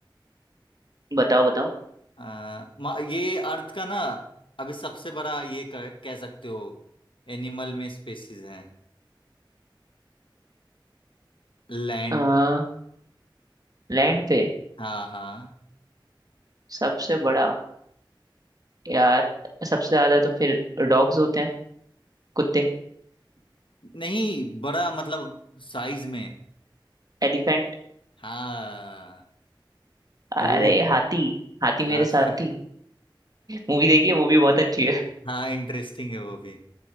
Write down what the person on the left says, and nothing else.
अ, मा- ये अर्थ का ना अभी सबसे बड़ा ये कह कह सकते हो एनिमल में स्पेसिस हैं लैंड
पर
हाँ हाँ
नहीं बड़ा मतलब साइज में
हाँ
तो वो-
हाँ
हाँ इंटरेस्टिंग है वो भी